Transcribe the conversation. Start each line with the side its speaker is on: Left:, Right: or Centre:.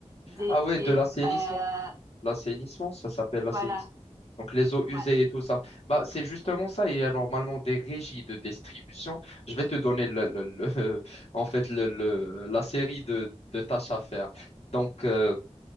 Right: des...
Left: Ah ouais,
Right: des,
Left: de l'assainissement.
Right: euh,
Left: L'assainissement, ça s'appelle l'assainissement.
Right: voilà,
Left: Donc les eaux
Right: ouais,
Left: usées et tout ça. Bah, c'est justement ça. Il y a normalement des régies de distribution. Je vais te donner le, le- le- <laughs> en fait le, le- la série de, de tâches à faire. Donc, euh,